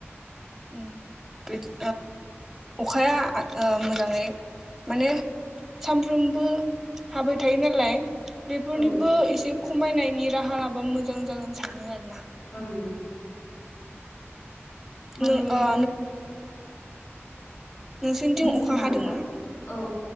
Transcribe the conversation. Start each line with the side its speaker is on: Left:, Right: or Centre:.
Centre: ओ बिदि अखाया मोजाङै माने सानफ्रोमबो हाबाय थायो नालाय बेफोरनिबो
Left: औ
Centre: एसे खमायनायनि राहा लाबा मोजां जागोन सानो आरो ना
Left: ओम माने
Centre: नों ओ नोंसोरनिथिं
Left: बुंफिन
Centre: अखा
Left: नों हागोन
Centre: हादों नामा
Left: ना औ